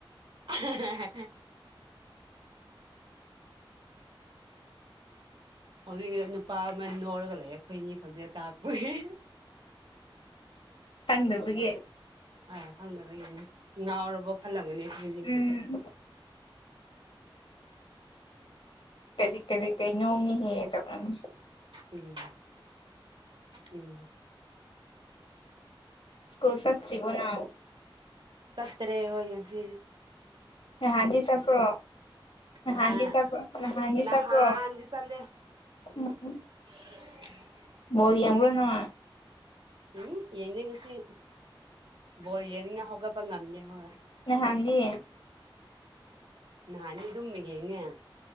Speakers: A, on the right (about 65°); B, on the left (about 70°).
A: ꯍ ꯍꯧꯖꯤꯛ ꯅꯨꯄꯥ ꯑꯃ ꯅꯣꯔꯒ ꯂꯩꯌꯦ ꯑꯩꯈꯣꯏꯅꯤ ꯈꯣꯟꯖꯦꯜ ꯇꯥꯛꯄꯒꯤ
B: ꯍꯪꯗꯕꯒ
A: ꯑꯥ ꯊꯥꯡꯗ ꯂꯩꯒꯅ ꯉꯅꯥꯔꯣꯕ ꯈꯜꯂꯝꯒꯅꯤꯅꯦꯖꯤꯕꯨ
B: ꯎꯝ ꯀꯔꯤ ꯀꯔꯤ ꯀꯔꯤ ꯅꯣꯝꯅꯤ ꯍꯦꯛꯑꯦꯗꯕꯅ
A: ꯎꯝ ꯎꯝ
B: ꯁꯀꯣꯜꯁꯠ꯭ꯔꯤꯒꯣꯅ
A: ꯀꯇꯔꯦ ꯍꯌꯦꯁꯤ
B: ꯍꯥꯟꯗꯤ ꯆꯞ꯭ꯔꯣ ꯅꯍꯥꯟꯗꯤ
A: ꯅꯍꯥꯟ
B: ꯁ ꯅꯍꯥꯟꯗꯤ
A: ꯅꯍꯥꯟꯗꯤ
B: ꯁꯕ
A: ꯆꯠꯂꯦ
B: ꯎꯝ
A: <unintelligible>
B: ꯣ ꯌꯥꯝꯔꯣꯅ
A: ꯎꯝ ꯌꯦꯡꯗ ꯉꯁꯤ ꯕꯣꯜ ꯌꯦꯡꯅ ꯍꯧꯒꯠꯄ ꯉꯝꯗꯦ ꯍꯣꯏ
B: ꯍꯥꯟꯖꯤ
A: ꯅꯍꯥꯟꯅꯤ ꯑꯗꯨꯝ ꯌꯦꯡꯉꯦ